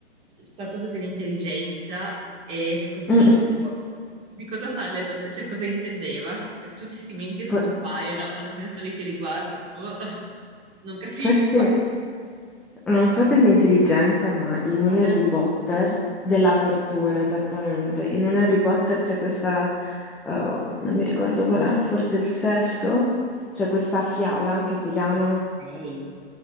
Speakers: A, on the right; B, in the centre.
A: qualcosa dell'intelligenza e sconfiggerlo.
B: mm.
A: Di cosa parla esattamente? Cioè, cosa intendeva? Perché tutti questi meme che
B: For-
A: compaiono, alla fine sono lì che li guardo, boh, <laughs> non capisco.
B: Forse Non so dell'intelligenza, ma in un
A: Ho della
B: Harry
A: fortuna
B: Potter,
A: forse.
B: della fortuna esattamente, in un Harry Potter c'è questa, eh, non mi ricordo qual è, forse il sesto, c'è questa fiala che si chiama
A: Ma sei.